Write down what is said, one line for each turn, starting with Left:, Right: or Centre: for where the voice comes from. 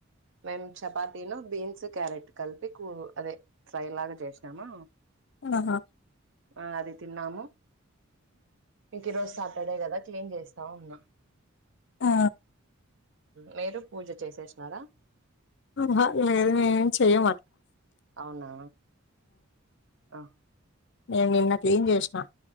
Right: మేము చపాతీను బీన్స్ క్యారెట్ కలిపి కూ అదే ఫ్రై లాగా చేసినామా
Left: ఆహ
Right: అ అది తిన్నాము ఇంకిరోజ్ సాటర్డే కదా క్లీన్ చేస్తా ఉన్నా
Left: ఆ
Right: మీరు పూజ చేసేసినారా
Left: ఆహ ఏం మేం చేయమ
Right: అవునా ఆ
Left: నేను నిన్న క్లీన్ చేసిన